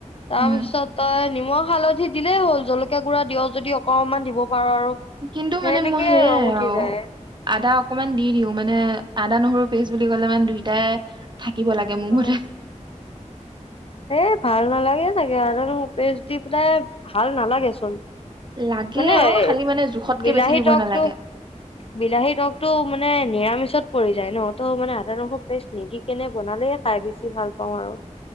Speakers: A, on the left; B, on the right.
A: তাৰপিছত
B: উম
A: তই নিমখ হালধি, দিলেই হ'ল জলকীয়া গুড়া দিয় যদি অকনমান দিব। পাৰ আৰু
B: কিন্তু
A: সেনেকে
B: মানে মই সেইয়াই
A: ৰং উঠি
B: আৰু
A: যায়
B: আদা অকমান দি দিওঁ মানে আদা, নহৰু পেজ বুলি ক'লে মানে দুইটাই থাকিব লাগে মোৰ
A: অ
B: মতে
A: এ ভাল নালাগে চাগে আদা নহৰু পেষ্ট দি পেলাই ভাল নালাগে চোন
B: লাগে
A: মানে
B: অ
A: এ
B: খালি মানে জোখতকে
A: বিলাহী
B: বেছি দিব
A: টকটো
B: নালাগে
A: বিলাহী তকটো মানে নিৰামিষত পৰি যায় ন, তো মানে আদা নহৰু পেষ্ট নিদি কেনে বনালে খাই খাই চাই বেছি ভাল পাওঁ আৰু।